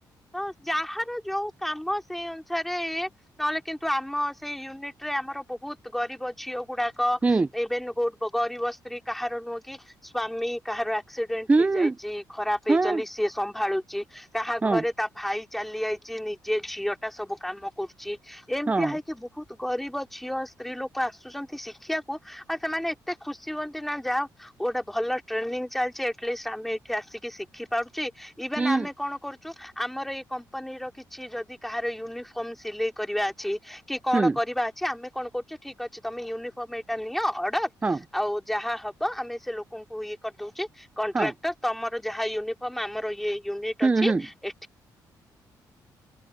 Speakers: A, in the centre; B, on the right.
A: ତ ଯାହାର ଯୋଉ କାମ ସେଇ ଅନୁସାରେ ନହେଲେ କିନ୍ତୁ ଆମ ସେଇ ୟୁନିଟ୍ ରେ ଆମର ବହୁତ୍ ଗରିବ ଝିଅ ଗୁଡ଼ା କ
B: ହୁଁ
A: ଏବେନୁ <unintelligible> ଗରିବ ସ୍ତ୍ରୀ କାହାର ନୁହଁ, କି ସ୍ଵାମୀ କାହାର ଆସିଡେଣ୍ଟ
B: ହୁଁ
A: ହେଇଯାଇଚି ଖରାପ
B: ହଁ
A: ହେଇଚନ୍ତି ସିଏ ସମ୍ଭାଳୁଚି, କାହା
B: ହଁ
A: ଘରେ ତା ଭାଇ ଚାଲି ଯାଇଚି ନିଜେ ଝିଅଟା ସବୁ କାମ କରୁଚି ଏମ୍ତିଆ
B: ହଁ
A: ହେଇକି ବହୁତ୍ ଗରିବ ଝିଅ ସ୍ତ୍ରୀ ଲୋକ ଆସୁଚନ୍ତି ଶିଖିଆକୁ ଆଉ ସେମାନେ ଏତେ ଖୁ ସି ହୁଅନ୍ତି ନା ଯାହଉ ଗୋଟେ ଭଲ ଟ୍ରେନିଂ ଚାଲ୍ଚି ଆଟଲିଷ୍ଟ ଆମେ ଏଠି ଆସିକି ଶି ଖି ପାରୁଚି ଇଭେନ୍
B: ହୁଁ
A: ଆମେ କଣ କରୁ ଚୁ ଆମର ଏଇ କମ୍ପାନୀର କିଛି ଯଦି କାହାର ୟୁନିଫର୍ମ ସିଲେଇ କରିବା ଅଛି କି କଣ
B: ହୁଁ
A: କରିବା ଅଛି ଆମେ କଣ କରୁଛୁ ଠିକ୍ ଅଛି ତମେ ୟୁନିଫର୍ମ ଏଇଟା ନିଅ ଅର୍ଡର
B: ହଁ।
A: ଆଉ ଯାହା ହବ ଆମେ ସେ ଲୋକଙ୍କୁ ଇଏ କରିଦଉଚେ କଣ୍ଟ୍ରାକ୍ଟର
B: ହଁ
A: ତମର ଯାହା ୟୁନିଫର୍ମ ଆମର ଇଏ ୟୁନିଟ୍
B: ହୁଁ
A: ଅଛି,
B: ହୁଁ
A: ଏଠି